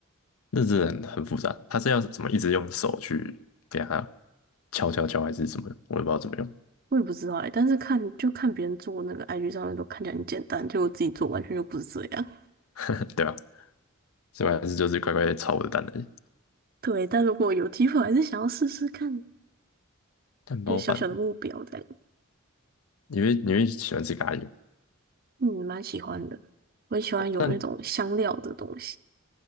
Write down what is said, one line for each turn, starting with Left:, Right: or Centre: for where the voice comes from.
Left: 那真的很很复杂，他是要怎么一直用手去给他敲敲敲还是什么，我也不知道怎么用。
Right: 我也不知道哎、但是看就看别人做那个 IG 上面都看起来很简单，就我自己做完全就不是这样。
Left: <laughs> 对啊，所以我还是就是乖乖地炒我的蛋而已。
Right: 对，但如果有机会，我还是想要试试看，
Left: 蛋包饭，
Right: 就是小小的目标在。
Left: 你会你会喜欢吃咖喱吗？
Right: 嗯，蛮喜欢的，我很喜欢有那种香料的东西。
Left: 那